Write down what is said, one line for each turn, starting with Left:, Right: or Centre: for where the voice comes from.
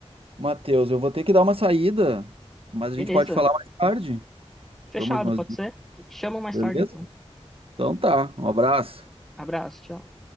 Right: Matheus, eu vou ter que dar uma saída, mas a
Centre: Beleza.
Right: gente pode falar mais tarde. Te
Centre: Fechado,
Right: dou mais umas
Centre: pode
Right: dicas,
Centre: ser? Eu te chamo mais
Right: beleza?
Centre: tarde, então.
Right: Então tá, um abraço.
Centre: Abraço, tchau.